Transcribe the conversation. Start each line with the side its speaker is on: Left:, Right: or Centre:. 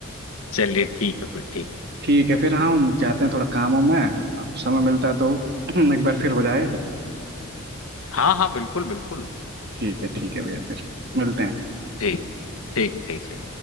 Left: चलिए ठीक है फिर ठीक है
Right: ठीक है फिर हम जाते हैं थोड़ा काम हो में अब समय मिलता है तो <clears throat> एक बार फिर हो जाए
Left: हाँ हाँ बिल्कुल बिल्कुल
Right: ठीक है ठीक है भैया फिर मिलते हैं
Left: ठीक ठीक ठीक है